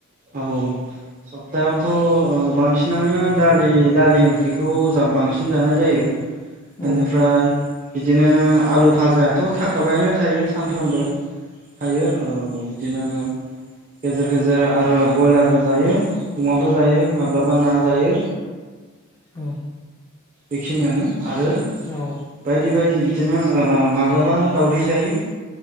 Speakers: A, on the right (about 35°); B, on the left (about 20°).
A: औ सप्तायावथ बांसिनानो दालि दालि ओंख्रिखौ बांसिन जानाय जायो
B: औ
A: एनिफ्राय बिदिनो आलु फाजायाथ थाखाबायानो थायो सानफ्रामबो थायो औ बिदिनो गेजेर गेजेर आरो बयलारबो जायो अमाबो जायो माब्लाबा ना जायो
B: औ
A: बेखिनियानो आरो
B: औ
A: बायदि बायदि बिदिनो माब्लाबा दाउदै जायो